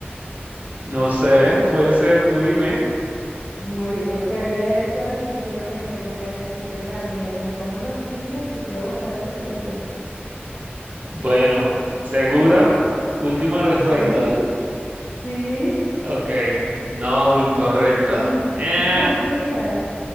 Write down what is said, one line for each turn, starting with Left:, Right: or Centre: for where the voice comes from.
Right: No sé, puede ser, tú dime.
Left: No, yo creo que haría eso definitivamente, porque a desintegrarme y a que me coman los tigres, prefiero aguantar la respiración.
Right: Bueno, ¿segura? Última
Left: Sí,
Right: respuesta.
Left: sí.
Right: Ok, no, incorrecta.
Left: <laughs>
Right: Eh,
Left: ¿Cuál sería?